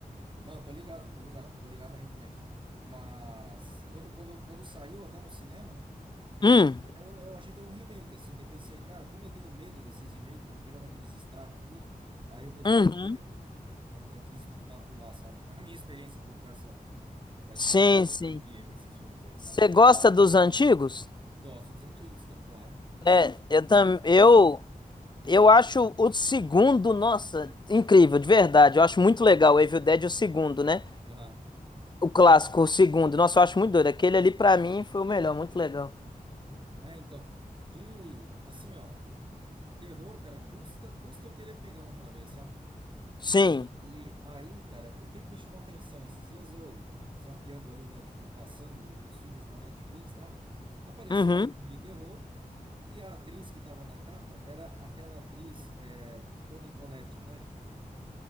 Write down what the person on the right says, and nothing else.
Não, tô ligado, tô ligado, tô ligado na referência. Mas quando, quando, quando saiu até no cinema, eu
achei, que- eu, eu achei que era um remake, assim. Daí pensei, cara, como eu tenho medo desses remakes, porque geralmente eles estragam tudo, aí eu preferi
não ver. Não, não quis macular, sabe? <laughs> A minha experiência com, com essa, com essa
franquia, com esses filmes aí, sabe?
Gosto dos antigos, cara, claro.
Ouvi demais.
Aham.
É, então, de assim, ó, terror, cara, custa, custa eu querer pegar um pra ver, sabe?
E aí, cara, o que que me chamou a atenção? Esses dias eu zapeando ali, né, tipo, passando os filmes na Netflix e tal, apareceu
um filme de terror e a atriz que tava na capa era aquela atriz, é, Toni Collette, manja?